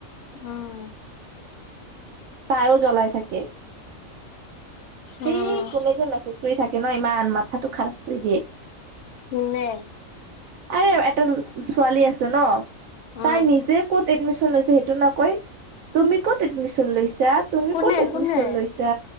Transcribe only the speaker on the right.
তাইও জ্বলাই থাকে। সেই
কোনে যে মেছেজ কৰি থাকে ন ইমান মাথাটো খাৰাপ কৰি দিয়ে
আৰে এটা ছোৱালী আছে ন
তাই নিজে ক'ত এডমিশচন লৈছে সেইটো নকয়। তুমি কত এডমিশন লৈছা তুমি
ক'ত এডমিশন
লৈছা